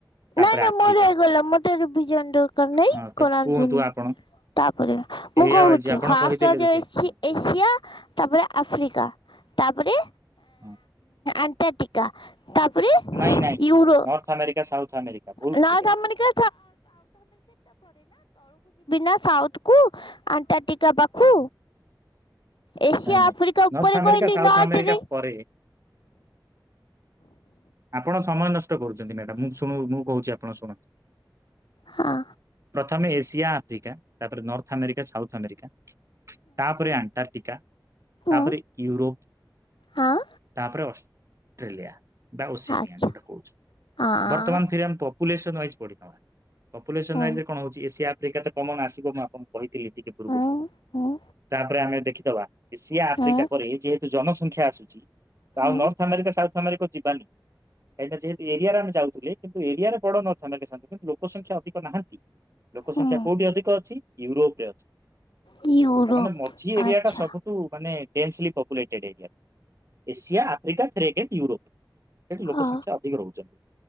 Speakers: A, on the right; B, on the left.
A: ତାପରେ
B: ନାଇଁ ନାଇଁ
A: ଆଫ୍ରିକା
B: ମୋର ହେଇଗଲା ମୋତେ ରିଭିଜନ ଦରକାର ନାହିଁ
A: ହଁ ତ
B: କରାନ୍ତୁ
A: କୁହନ୍ତୁ
B: ନି।
A: ଆପଣ
B: ତାପରେ ମୁଁ
A: ଏଇଆ
B: କହୁଛି
A: ହେଇଛି ଆପଣ
B: ଫାଷ୍ଟ
A: କହିଦେଲେ
B: ଆଜି
A: ଦେଖି
B: ଆସିଛି।
A: ହଁ
B: ଏସିଆ ତାପରେ ଆଫ୍ରିକା, ତାପରେ
A: ହଁ
B: ଆଣ୍ଟା ଟିକା ତାପରେ
A: ନାଇଁ ନାଇଁ
B: ଇଉରୋପ।
A: <unintelligible>
B: <unintelligible> ମୁଁ ଯିବି
A: ଆପଣ
B: ନା ସାଉଥକୁ ଆଣ୍ଟାର୍କଟିକା ପାଖୁ ଏସିଆ
A: ନାଇଁ
B: ଆଫ୍ରିକା
A: ନାଇଁ
B: ଉପରେ
A: ନର୍ଥ ଆମେରିକା
B: କହିଲି
A: ସାଉଥ
B: ନର୍ଥରେ
A: ଆମେରିକା ପରେ ଆପଣ ସମୟ ନଷ୍ଟ କରୁଛନ୍ତି ମ୍ୟାଡ଼ମ, ମୁଁ ଶୁଣ ମୁଁ କହୁଛି ଆପଣଙ୍କୁ ଶୁଣ
B: ହାଁ
A: ପ୍ରଥମେ ଏସିଆ, ଆଫ୍ରିକା ତାପରେ ନର୍ଥ ଆମେରିକା, ସାଉଥ୍ ଆମେରିକା ତାପରେ ଆଣ୍ଟାର୍କଟିକା,
B: ହଁ
A: ତାପରେ ଇଉରୋପ
B: ହଁ ହଁ
A: ତାପରେ ଅଷ୍ଟ୍ରେଲିଆ। ବା ଓସେମିଆ
B: ଆଚ୍ଛା
A: ଯୋଉଟା କହୁଛୁ।
B: ହଁ
A: ବର୍ତ୍ତମାନ ଫେର ପପୁଲେସନ ୱାଇସ ପଢ଼ିବା। ପପୁଲେସନ୍
B: ହୁଁ
A: ରାଇଜରେ କଣ ହଉଛି ଏସିଆ ଆଫ୍ରିକା ତ କମନ ଆସିବ ମୁଁ ଆପଣଙ୍କୁ କହିଥିଲି ଟିକେ ପୂର୍ବ
B: ହୁଁ ହୁଁ
A: ତାପରେ ଆମେ ଦେଖିଦେବା ଏସିଆ ଆଫ୍ରିକା
B: ହୁଁ
A: ପରେ ଯେହେତ ଜନସଂଖ୍ୟା ଆସୁଛି
B: ହୁଁ
A: ଆଉ ନର୍ଥ ଆମେରିକା ସାଉଥ ଆମେରିକା ଏଇଟା ଯେହେତ ଏରିଆ ର ଆମେ ଯା ଥିଲେ କିନ୍ତୁ ଏରିଆରେ ବଡ ନ କିନ୍ତୁ ଲୋକ ସଂଖ୍ୟା ଅଧିକ ନାହାନ୍ତି ଲୋକ
B: ହୁଁ
A: ସଂଖ୍ୟା କୋଉଠି ଅଧିକ ଅଛି ୟୁରୋପରେ ଅଛି।
B: ୟୁରୋପ
A: ତା ମାନେ ମଝି ଏରିଆଟା
B: ଆଚ୍ଛା
A: ସବୁ densely populated area Asia, Africa, ଥ୍ରେଗେ, ୟୁରୋପ। ଏଠି ଲୋକ
B: ହଁ
A: ସଂଖ୍ୟା ଅଧିକ ରହୁଛନ୍ତି।